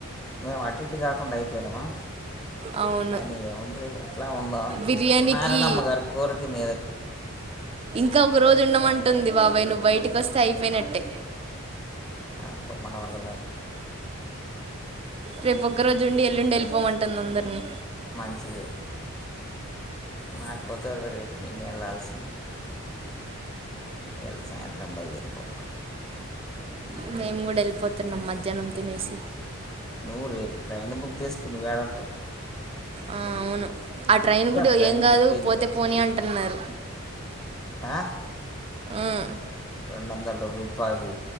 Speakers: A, on the left; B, on the right.
A: మేము అటుఇటు కాకుండా అయిపోయినామా
B: అవును
A: అయన ఏముంది ఎట్లా ఉ మనుకుందాం
B: బిర్యానీకి
A: నారాయణమ్మ గారి కోరిక మీదకి
B: ఇంకా ఒక రోజు ఉండమంటుంది బాబాయ్ నువ్వు బయటకి అస్తే అయిపోయినట్టే
A: అబ్బ మన వల్ల కాదు
B: రేపు ఒక్క రోజు ఉండి ఎల్లుండి ఎళ్ళిపోమంటుంది అందరిని
A: మంచిది మది కుదరదు రేపు వెళ్లాల్సింది ఇయ్యాలా సాయంత్రం బయలుదేరిపోతా ఈవినింగ్
B: మేము కూడా వెళ్ళిపోతున్నాం మధ్యాహ్నం తినేసి
A: నువ్వు రేపు ట్రైన్ బుక్ చేసుకొని నువ్వుయడుంటావ్
B: ఆ అవును ఆ ట్రైన్ కూడా
A: ట్రైన్
B: ఏం కాదు
A: బుక్ అయిందిగా
B: పోతే పోనీ అంటున్నారు
A: ఆ
B: ఉమ్
A: రెండు వందల రూపాయలు